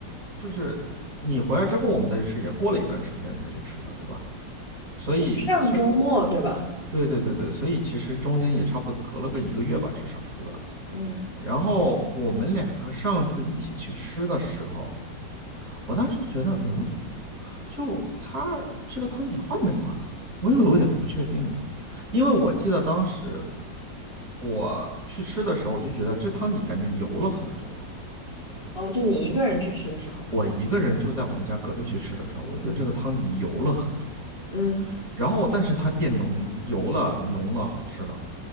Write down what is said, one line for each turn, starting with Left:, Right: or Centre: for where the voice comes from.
Right: 就是你回来之后我们再去吃，也过了一段时间才去吃的，对吧？所以所以
Left: 上周末对吧？
Right: 对对对对，所以其实中间也差不多隔了个一个月吧，至少，对吧？
Left: 嗯，
Right: 然后我们两个上次一起去吃的时候，我当时就觉得，嗯，就他这个汤底换没换啊，我又有点不确定了，因为我记得当时我去吃的时候，我就觉得这汤底感觉油了很多。
Left: 哦，就你一个人去吃的时候，
Right: 我一个人就在我们家隔壁去吃的时候，我觉得这个汤底油了很多，
Left: 嗯，
Right: 然后但是它变浓，油了，浓了，好吃了。